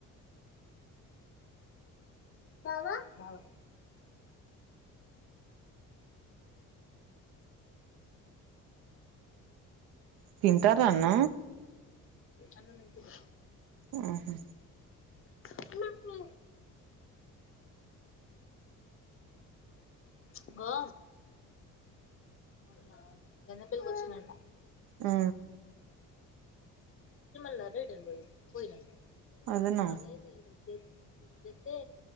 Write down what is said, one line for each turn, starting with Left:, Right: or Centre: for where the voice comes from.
Left: బావ బావ
Right: తింటారా ఆన్
Left: అన్నం తింటాన్
Right: ఉహు
Left: <unintelligible> ఇగో మొన్న గణేపెల్లి వచ్చిన అంట
Right: ఆ
Left: వచ్చి మల రిటర్న్ పోయిండు పోయినాక
Right: అదేనా
Left: ఆ లేదు ఈరోజు ఇతే